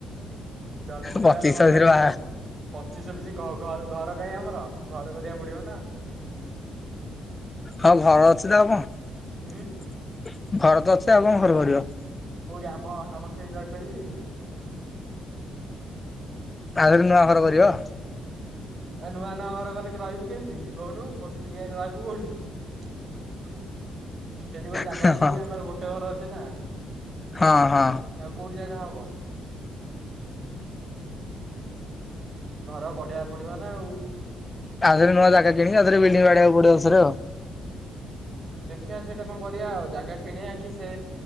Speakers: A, on the right; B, on the left.
A: ଜଲଦି
B: ପଚିଶ
A: ବାହା ହେଲେ ଭଲ
B: ଛବିଶରେ
A: ନାହିଁ ରେ
B: ବାହା
A: ପୁଅ ପଚିଶ ଛବିଶ କମ୍। ଘ ଘର କାହିଁ ଆମର ଘର କରିବାକୁ ପଡିବ ନା।
B: ହଁ ଘର ଅଛି ତ ଆଉ କଣ
A: ଉଁ।
B: ଘର ତ ଅଛି ଆଉ କଣ ଘର କରିବ?
A: କୋଉଠି ଆମ ଆମର ସେଇଠି ରହିପାରିବି ହିଁ।
B: ଆରେ ନୂଆ ଘର କରିବ।
A: ଏ ନୂଆ ନୂଆ ଘର କଲେ ରହିବୁ କେମିତି କହୁନୁ ମୋ ସ୍ତ୍ରୀ ଆଆଇଲେ ରହିବୁ କୋଉଠି। ସେଇଠି କୋଉଠି ଜାଗା
B: ହଁ
A: ହେଇଯିବ କି ଆମର ଗୋଟେ ଘର ଅଛି ନା।
B: ହଁ ହଁ।
A: ଆଉ କୋଉଟି ଜାଗା ହବ। ଘର କରିବାକୁ ପଡିବ ନା ଆଉ।
B: ଆଉ ଥରେ ନୂଆ ଜାଗା କିଣିକି ଆଉଥରେ ବିଲ୍ଡିଙ୍ଗ ବାଡେବାକୁ ପଡିବ ଆଉ ଥରେ।
A: ଦେଖିଆ ସେଇଟା କଣ କରିବା ଆଉ ଜାଗା କିଣିବା କି ସେ